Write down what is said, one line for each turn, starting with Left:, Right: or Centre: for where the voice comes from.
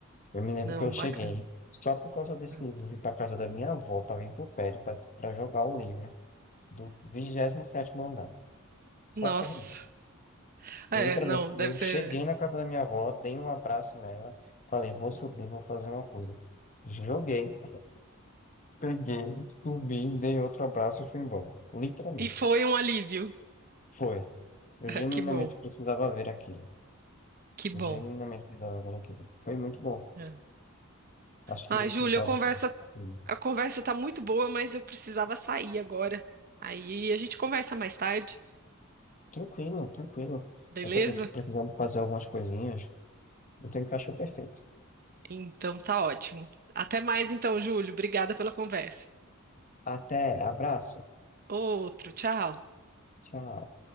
Left: Eu me lembro
Right: Não,
Left: que eu cheguei,
Right: bacana.
Left: só por causa desse
Right: É.
Left: livro, vim pra casa da minha avó, pra vir pro prédio, pra, pra jogar o livro do vigésimo sétimo andar. Só
Right: Nossa.
Left: por causa disso.
Right: É,
Left: Eu, literalmente,
Right: não, deve
Left: eu
Right: ser.
Left: cheguei na casa da minha avó, dei um abraço nela, falei, vou subir, vou fazer uma coisa. Joguei. Peguei, subi, dei outro abraço e fui embora. Literalmente.
Right: E foi um alívio.
Left: Foi. Eu
Right: <laughs>
Left: genuinamente
Right: Que bom,
Left: precisava ver aquilo.
Right: que bom.
Left: Eu genuinamente precisava ver aquilo. Foi muito bom.
Right: É.
Left: Acho que
Right: Ai,
Left: esses
Right: Júlia,
Left: hobbies.
Right: a conversa
Left: são tranquilos.
Right: A conversa tá muito boa, mas eu precisava sair agora. Aí a gente conversa mais tarde,
Left: Tranquilo, tranquilo.
Right: beleza?
Left: Eu também tô precisando fazer algumas coisinhas. Não tenho cachorro perfeito.
Right: Então tá ótimo. Até mais então, Júlio. Obrigada pela conversa.
Left: Até, abraço.
Right: Outro, tchau.
Left: Tchau.